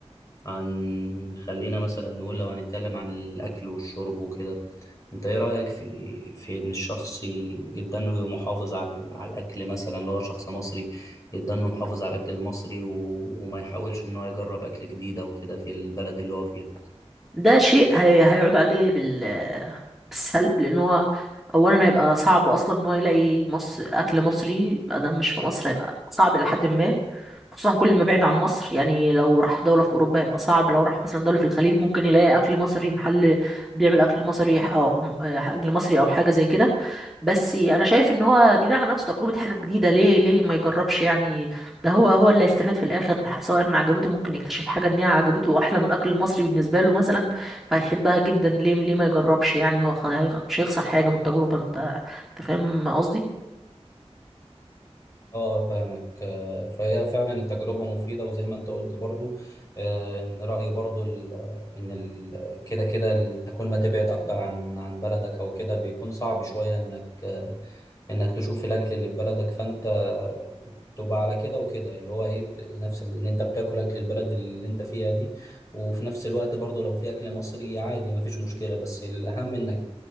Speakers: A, on the left; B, in the centre.
A: عن خلينا مثلا نقول لو هنتكلم عن الأكل والشرب وكده انت ايه رأيك في في ان الشخص ي- يبقى انه محافظ على على الاكل مثلا لو هو شخص مصري يبقى انه محافظ على الاكل المصري و... وما يحاولش ان هو يجرب اكل جديد او كده في البلد اللي هو فيها
B: ده شيء هي... هيعود عليه بال... بالسلب لان هو اولا هيبقى صعب اصلا ان هو يلاقي مصر اكل مصري ما دام مش في مصر هيبقى صعب لحد ما خصوصا كل ما بعيد عن مصر يعني لو راح دولة في أوروبا هيبقى صعب لو راح مثلا دولة في الخليج ممكن يلاقي أكل مصري محل بيعمل أكل مصري أو أكل مصري أو حاجة زي كده بس أنا شايف إن هو بيدعي على نفسه تجربة حاجة جديدة ليه ليه ما يجربش يعني ده هو هو اللي هيستفاد في الآخر سواء ما عجبته ممكن يكتشف حاجة إن هي عجبته أحلى من الأكل المصري بالنسبة له مثلا فهيحبها جدا ليه ليه ما يجربش يعني هو خ- هيخ- مش هيخسر حاجة من التجربة انت انت فاهم قصدي
A: اه فاهمك آه، فهي فعلا التجربة مفيدة وزي ما انت قلت برضو آه، ان رأيي برضو ال- ان ال- كده كده ال- تكون ما تبعد اكتر عن عن بلدك او كده بيكون صعب شوية انك آه، انك تشوف الاكل اللي في بلدك فانت تبقى على كده وكده اللي هو ايه نفس ال- ان انت بتاكل اكل البلد اللي انت فيها دي وفي نفس الوقت برضو لو في اكل مصري عادي ما فيش مشكلة بس الاهم انك